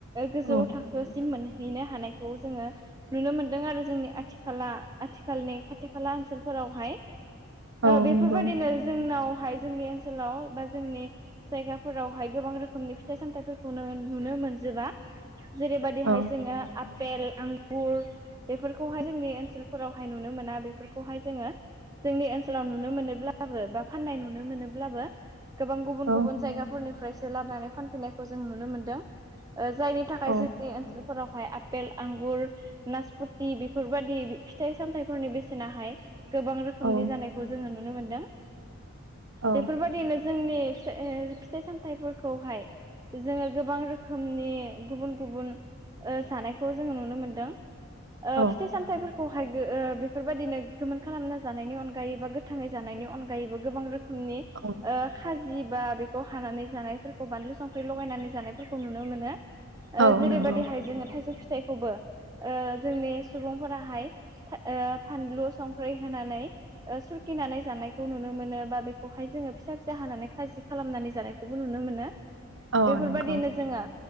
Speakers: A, on the right; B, on the right.
A: गोजौ
B: औ
A: थाखो सिम मोनहैनो हानायखौ जोङो नुनो मोनदों आरो जोंनि आथिखाला। आथिखालनि खाथि खाला ओनसोलफोरावहाय
B: औ
A: दा बेफोरबायदिनो
B: नंगौ
A: जोंनावहाय। जोंनि ओनसोलाव बा जोंनि जायगाफोरावहाय गोबां रोखोमनि फिथाइ सामथायाइफोरखौनो नुनो मोनजोबा। जेरैबायदिहाय
B: औ
A: जोङो आपेल, आंगुर बेफोरखौहाय जोंनि ओनसोल फोरावहाय नुनो मोना बेफोरखौहाय जोङो। जोंनि ओनसोलाव नुनो मोनोब्लाबो बा फाननाय नुनो मोनोब्लाबो गोबां गुबुन
B: औ
A: गुबुन जायगाफोरनिफ्रायसो लाबोनानै फानफैनायखौ जों नुनो मोनदों। जायनि थाखाय
B: औ
A: जोंनि ओनसोल। फोरावहाय आपेल आंगुर नासपथि बेफोरबाददि फिथाइ सामथाइफोरनि बेसेनाहाय गोबां रोखोमनि
B: औ
A: जानायखौ जोङो नुनो मोनदों।
B: औ
A: बेफोरबायदिनो जोंनि फिथाइ सामथाइफोरखौहाय। जोङो गोबां रोखोमनि गुबुन गुबुन जानायखौ जोङो नुनो मोनदों
B: औ
A: फिथाइ सामथायफोरखौ खौहाय बेफोरबायदिनो गोमोन खालामना जानायनि अनगायै बा गोथाङै जानायनि अनगायैबो गोबां रोखोमनि।
B: औ।
A: खाजि बा बेखौ हानानै जानायफोरखौ बानलु संख्रि लगायनानै जानायफोरखौ नुनो मोनो।
B: औ
A: जेरैबायदिहाय
B: नंगौ
A: जोङो थाइजौ फिथाइखौबो जोंनि सुबुंफोराहाय। फानलु संख्रि होनानै सुरखिनानै जानायखौ नुनो मोनो बा बेखौहाय जोङो फिसा फिसा हानानै खाजि खालामनानै जानायखौ खौबो नुनो मोनो
B: औ
A: बेफोरबायदिनो
B: नंगौ
A: जोङो।